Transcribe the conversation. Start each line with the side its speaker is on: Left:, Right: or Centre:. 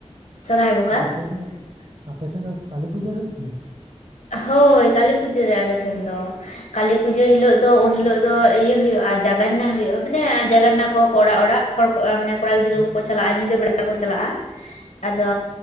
Left: ᱥᱚᱨᱦᱟᱭ ᱵᱚᱸᱜᱟ
Right: ᱦᱳᱭ ᱟᱯᱮ ᱥᱮᱫ ᱫᱚ ᱟᱯᱮ ᱥᱮᱫ ᱫᱚ ᱠᱟᱹᱞᱤ ᱯᱩᱡᱟ. ᱨᱮ ᱦᱩᱭᱩᱜ ᱠᱟᱱᱟ?
Left: ᱦᱳᱭ ᱠᱟᱹᱞᱤ ᱯᱩᱡᱟᱹ ᱨᱮ ᱟᱞᱮ ᱥᱮᱱ ᱫᱚ ᱠᱟᱹᱞᱤ ᱯᱩᱡᱟᱹ ᱦᱤᱞᱳᱜ ᱫᱚ ᱩᱱ ᱦᱤᱞᱳᱜ ᱫᱚ ᱤᱭᱟᱹ ᱦᱩᱭᱩᱜᱼᱟ, ᱡᱟᱜᱱᱟ ᱦᱩᱭᱩᱜᱼᱟ ᱢᱟᱱᱮ ᱡᱟᱜᱱᱟ ᱠᱚ ᱠᱚ ᱚᱲᱟᱜ ᱚᱲᱟᱜ᱾ ᱦᱚᱲ ᱠᱚ ᱢᱟᱱᱮ ᱠᱚᱲᱟ ᱜᱤᱫᱽᱨᱟᱹ
Right: ᱦᱳᱭ
Left: ᱠᱚᱠᱚ ᱪᱟᱞᱟᱜᱼᱟ ᱧᱤᱫᱟᱹ ᱵᱮᱲᱟ ᱠᱚ ᱪᱟᱞᱟᱜᱼᱟ, ᱟᱫᱚ